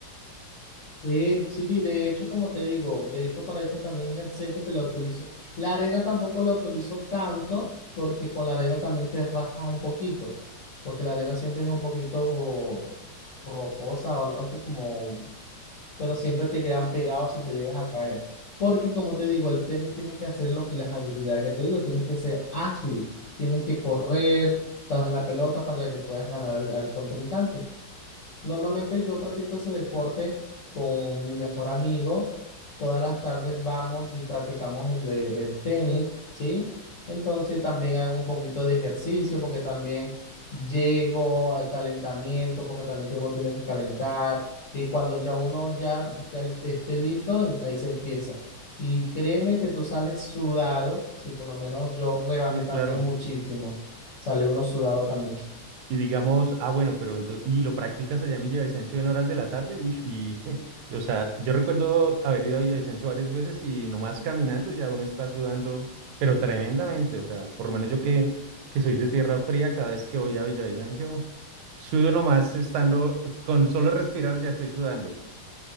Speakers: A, on the left; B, on the right.
A: Eh, sí, di- de hecho, como te digo, de hecho para eso también es el césped que lo utilizo. La arena tampoco la utilizo tanto porque con la arena también te raspa un poquito, porque la arena siempre es un poquito rocosa o algo así como pero siempre te quedan pegados si te llegas a caer. Porque como te digo, el tenis tienes que hacer lo- las habilidades que te digo, tienes que ser ágil, tienes que correr tras la pelota para que puedas ganar al, al contrincante. Normalmente yo practico ese deporte con mi mejor amigo. Todas las tardes vamos y practicamos el, de- el tenis, ¿sí? Entonces también hago un poquito de ejercicio porque también llego al calentamiento, porque también uno tiene que calentar. Y cuando ya uno ya, ya esté listo, ahí, ahí se empieza. Y créeme que tú sales sudado, si por lo menos yo rebajé
B: Uy,
A: también
B: claro.
A: muchísimo. Sale uno sudado también.
B: Y digamos, ah, bueno, pero entonces, y lo practicas allá en Villavicencio en horas de la tarde, uy, y, <laughs> o sea, yo recuerdo haber ido a Villavicencio varias veces y nomás caminando ya uno está sudando, pero tremendamente, o sea, por lo menos yo que, que soy de tierra fría, cada vez que voy a Villavicencio, sudo nomás estando, con solo respirar ya estoy sudando.